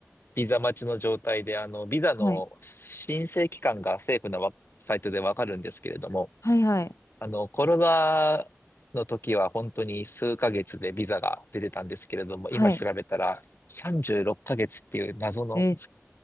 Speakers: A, on the left (about 45°); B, on the left (about 65°).
A: ビザ待ちの状態で、あの、ビザの申請期間が政府のわサイトでわかるんですけれども、
B: はい。はいはい。
A: あの、コロナの時は本当に数ヶ月でビザが出てたんですけれども、
B: はい。
A: 今調べたら36ヶ月っかげつっていう謎の
B: え、